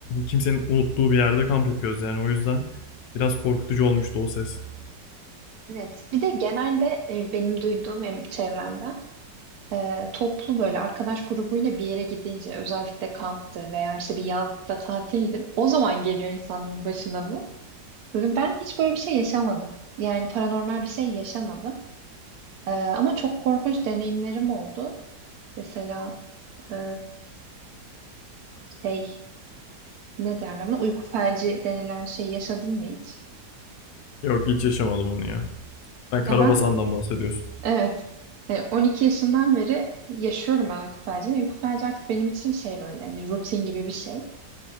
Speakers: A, on the left; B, on the right.
A: kimsenin unuttuğu bir yerde kamp yapıyoruz yani o yüzden biraz korkutucu olmuştu o ses.
B: evet. Bir de genelde e, benim duyduğum hem çevremden e, toplu böyle arkadaş grubuyla bir yere gidince özellikle kamptır veya işte bir yazlıkta tatildir. O zaman geliyor insanların başına bu. Ve ben hiç böyle bir şey yaşamadım. Yani paranormal bir şey yaşamadım. E, ama çok korkunç deneyimlerim oldu. Mesela e, şey ne derler buna uyku felci denilen şey yaşadın mı hiç?
A: Yok hiç yaşamadım onu ya. Sen Karabasan'dan
B: Ya ben
A: bahsediyorsun.
B: evet E, 12 yaşından beri yaşıyorum ben uyku felcini. Uyku felci artık benim için şey böyle hani rutin gibi bir şey.